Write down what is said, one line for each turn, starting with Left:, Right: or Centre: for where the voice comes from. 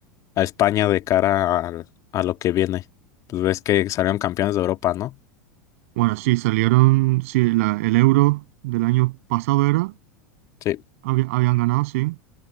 Left: a España de cara al- a, lo que viene? Pues ves que salieron campeones de Europa, ¿no?
Right: Bueno, sí, salieron, sí, la- el Euro del año pasado era.
Left: Sí,
Right: Había- habían ganado, sí.